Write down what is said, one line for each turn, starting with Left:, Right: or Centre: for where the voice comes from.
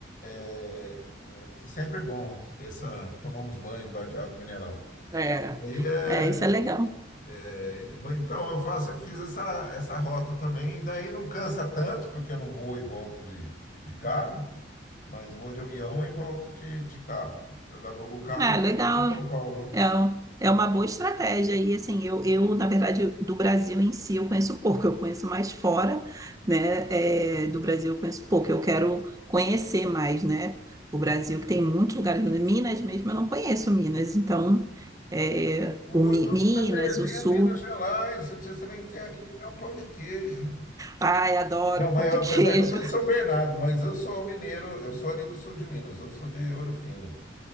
Left: é é que sempre é bom essa tomar uns banhos lá de água mineral.
Right: é, é.
Left: E, é,
Right: É, isso é legal.
Left: é, então eu faço, fiz essa, essa rota também e daí não cansa tanto porque eu não vou e volto de, de carro, mas vou de avião e volto de, de carro. Eu alugo o carro
Right: É,
Left: em
Right: legal.
Left: em São Paulo, né?
Right: É, um- é uma boa estratégia. E assim, eu, eu, na verdade, do Brasil em si eu conheço pouco, eu conheço mais fora, né? é, do Brasil eu conheço pouco, eu quero conhecer mais, né? O Brasil que tem muitos lugares, Minas mesmo, eu não conheço Minas, então é,
Left: Ou
Right: o Mi-
Left: então
Right: Minas,
Left: você está perdendo
Right: o Sul.
Left: Minas Gerais, você você vem que tem aqui comer um pão de queijo.
Right: Ai, adoro
Left: Não, mas
Right: pão de
Left: eu-
Right: queijo.
Left: apesar que eu estou em
Right: <laughs>
Left: São Bernardo, mas eu sou mineiro, eu sou ali do sul de Minas, eu sou de Ouro Fino